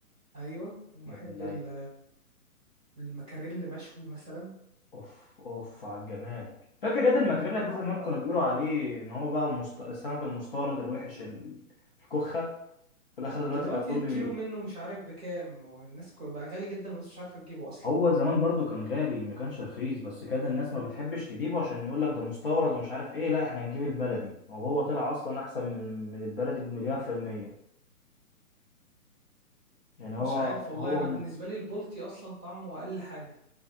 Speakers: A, on the right (about 15°); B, on the left (about 40°).
A: ايوه وبحب
B: يا ابن اللعيبه
A: ال- المكاريل مشوي مثلا
B: اوف اوف على الجمال فاكر ياد الماكريلا
A: طبعا
B: ده زمان
A: بقى
B: كانوا بيقولوا عليه ان هو بقى المست... السمك المستورد الوحش ال- الكخه في الاخر دلوقتي
A: دلوقتي
B: بقى كله
A: الكيلو
B: بي...
A: منه مش عارف بكام والناس كو- بقى غالي جدا ومش عارفه تجيبه اصلا
B: هو زمان برضو كان غالي ما كانش رخيص بس كان الناس ما بتحبش تجيبه عشان يقول لك ده مستورد ومش عارف ايه لا احنا نجيب البلدي وهو طلع اصلا احسن من من البلدي بمليار في المية يعني هو
A: مش عارف والله
B: هو
A: انا بالنسبه لي البلطي اصلا طعمه اقل حاجه